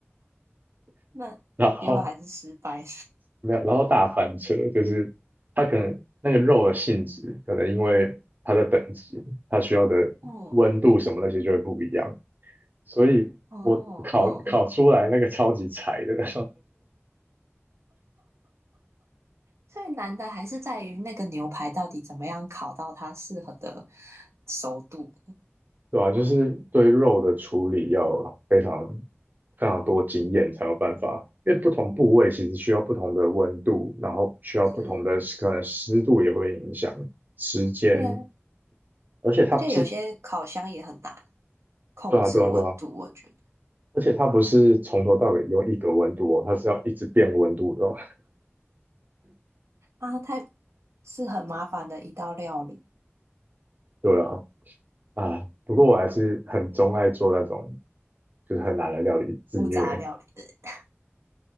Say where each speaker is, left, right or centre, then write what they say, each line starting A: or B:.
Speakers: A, on the right (about 75°); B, on the right (about 40°).
A: <laughs> 那结果还是失败。
B: 然后没有，然后大翻车，就是它可能那个肉的性质，可能因为它的等级，它需要的温度什么那些就会不一样。
A: 哦，
B: 所以我烤烤出来那个超级柴的，
A: 哦，哦，最难的还是在于那个牛排到底怎么样烤到它适合的熟度。
B: <laughs> 对吧、就是对肉的处理要非常非常多经验才有办法，因为不同部位其实需要不同的温度，然后需要不同的可能湿度也会影响时间，
A: 是，对，
B: 而且它不是，
A: 而且有些烤箱也很难控制温度，
B: 对啊对啊对啊，
A: 我觉得
B: 而且它不是从头到尾用一个温度哦，它是要一直变温度的哦，
A: 啊，太是很麻烦的一道料理，
B: 对啊啊，不过我还是很钟爱做那种就是很难的料理自虐。
A: 不杂料理。<sniffs>